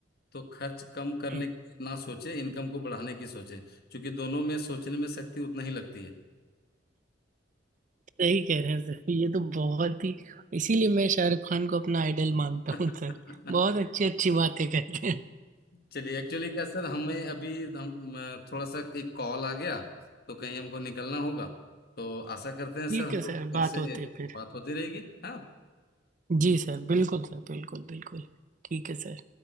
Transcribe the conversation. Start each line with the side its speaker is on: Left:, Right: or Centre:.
Left: तो खर्च कम करने
Right: हम्म,
Left: की ना सोचे इनकम को बढ़ाने की सोचे क्योंकि दोनों में सोचने में शक्ति उतना ही लगती है
Right: सही कह रहे हैं सर ये तो बहुत ही इसीलिए मैं शाहरुख खान को अपना आइडल मानता
Left: <laughs>
Right: हूँ सर बहुत अच्छी अच्छी बातें कहते हैं
Left: चलिए एक्चुअली क्या सर हमें अभी हम अ, थोड़ा सा एक कॉल आ गया तो कहीं हमको निकलना होगा तो आशा करते हैं सर
Right: ठीक
Left: हम
Right: है
Left: लोग
Right: सर
Left: फिर
Right: बात
Left: से
Right: होती है फिर
Left: बात होती रहेगी हाँ
Right: जी सर बिल्कुल सर बिल्कुल बिल्कुल ठीक है सर